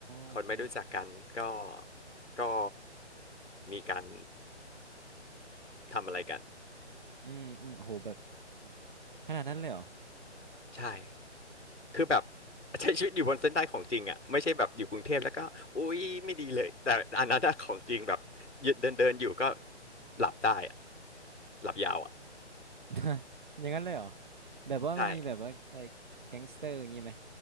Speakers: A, on the right (about 45°); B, on the left (about 80°).
A: โอเค
B: คนไม่รู้จักกันก็ก็มีการทำอะไรกัน
A: อืมอืมโหแบบโอ้โหขนาดนั้นเลยเหรอ
B: ใช่คือแบบใช้ชีวิตอยู่บนเส้นได้ของจริงอ่ะไม่ใช่แบบอยู่กรุงเทพแล้วก็อุ๊ยไม่ดีเลยแต่อันนั้นอะของจริงแบบเดินเดินอยู่ก็หลับได้อะหลับยาวอ่ะ
A: <laughs> อย่างนั้นเลยเหรอแบบว่ามันมีแบบว่าไอ้แก๊งสเตอร์อย่างงี้ไหม
B: ใช่